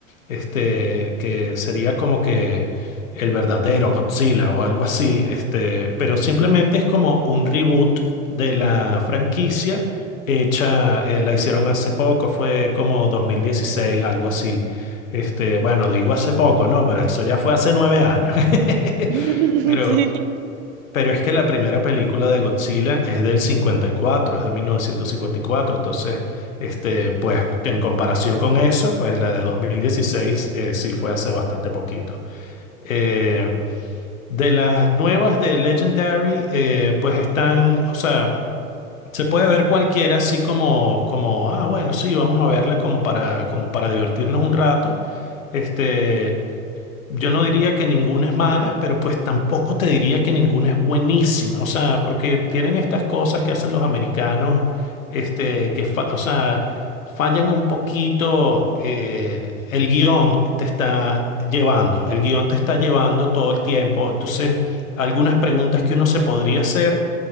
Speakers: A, on the left; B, on the right.
A: este, que sería como que el verdadero Godzilla o algo así, este, pero simplemente
B: Ok.
A: es como un reboot de la franquicia hecha, eh, la hicieron hace poco, fue como 2016 algo así. Este, bueno, digo hace poco, ¿no? Pero eso ya fue hace nueve años. <laughs>
B: <laughs>
A: Pero
B: Sí.
A: pero es que la primera película de Godzilla es del cincuenta y cuatro es de mil novecientos cincuenta y cuatro entonces, este, pues en comparación con eso, pues la de 2016 eh, sí fue hace bastante poquito. Eh, de las nuevas de Legendary, eh, pues están, o sea, se puede ver cualquiera así como, como, ah, bueno, sí, vamos a verla como para, como para divertirnos un rato. Este, yo no diría que ninguna es mala, pero pues tampoco te diría que ninguna es buenísima. O sea, porque tienen estas cosas que hacen los americanos, este, que, fa- o sea, fallan un poquito. eh, el guión te está llevando, el guión te está llevando todo el tiempo. Entonces, algunas preguntas que uno se podría hacer